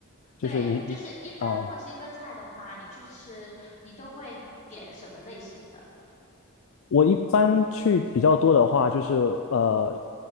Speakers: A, on the left; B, on the left.
A: 对，
B: 就是你
A: 就是一般墨西哥菜的话，
B: 嗯啊。
A: 你去吃，你都会点什么类型的？
B: 我一般去比较多的话，就是呃，